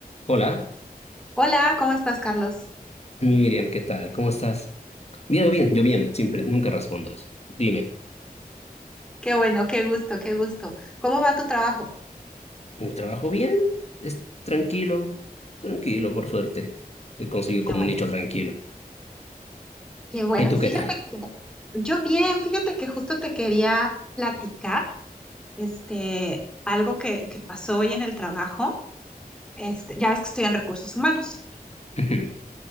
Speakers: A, on the left; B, in the centre.
A: Hola,
B: Hola, ¿cómo estás, Carlos?
A: Miriam, ¿qué tal? ¿Cómo estás? Bien, bien, yo bien, siempre, nunca respondo eso. Dime,
B: Qué bueno, qué gusto, qué gusto. ¿Cómo va tu trabajo?
A: ¿mi trabajo bien? ¿Es tranquilo? Tranquilo, por suerte. He conseguido
B: Qué
A: como
B: bueno,
A: un nicho tranquilo.
B: qué bueno.
A: ¿Y tú qué
B: Fíjate
A: tal?
B: que yo bien, fíjate que justo te quería platicar, este, algo que, que pasó hoy en el trabajo. Este, ya ves que estoy en recursos humanos
A: Ujú.